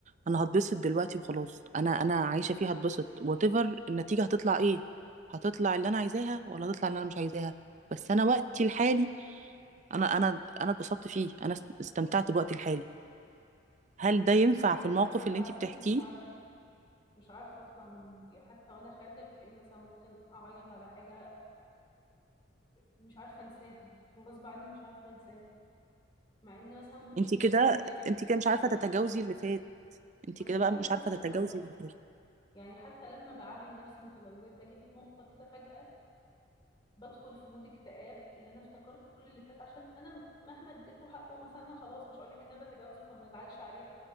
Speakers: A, on the right; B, on the left.
A: انا هتبسط دلوقتي وخلاص انا انا عايشه فيه هتبسط وات ايفر النتيجه هتطلع ايه هتطلع اللي انا عايزاها ولا هتطلع اللي انا مش عايزاها بس انا وقتي الحالي انا انا انا اتبسطت فيه انا است- استمتعت بوقتي الحالي هل ده ينفع
B: بحس ان
A: في
B: انا
A: الموقف
B: غصب
A: اللي
B: عني
A: انت بتحكيه
B: مش عارفه مش عارفه اطلع من المود يعني حتى وانا خارجه بتلاقيني مثلا ممكن اعيط على حاجه مش عارفة انساها غصب عني مش عارفة انساها مع ان مثلا ممكن
A: انت
B: يكون
A: كده
B: اللي قدامي
A: انت كده
B: بيبذل
A: مش عارفه
B: مجهود
A: تتجاوزي
B: رهيب
A: اللي فات انت
B: وانا
A: كده بقى
B: فعلا
A: مش
B: مش
A: عارفه
B: عارفة اتجاوزه
A: تتجاوزي اللي فات
B: يعني حتى لما بعامل نفسي متجاوزات باجي في نقطة كده فجأة بدخل في مود اكتئاب اللي انا افتكرت كل اللي فات عشان انا مهما اديته حقه مثلا انا خلاص مش هقولك ان انا بتجاوزه فما بزعلش عليه ف...